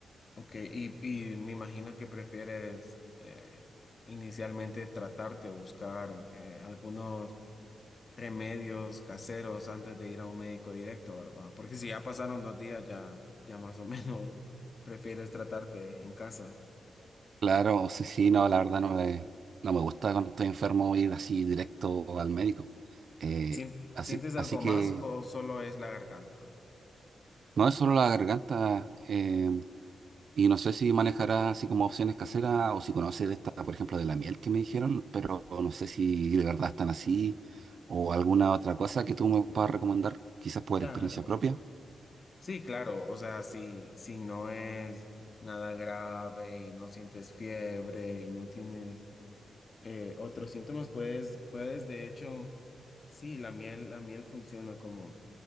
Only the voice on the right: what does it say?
Claro, sí, sí, no, la verdad no me, no me gusta cuando estoy enfermo ir así directo al médico. Eh,
así,
así que
no es solo la garganta, eh, y no sé si manejará así como opciones caseras o si conoce de esta, por ejemplo, de la miel que me dijeron, pero no sé si de verdad están así o alguna otra cosa que tú me puedas recomendar, quizás por
experiencia propia.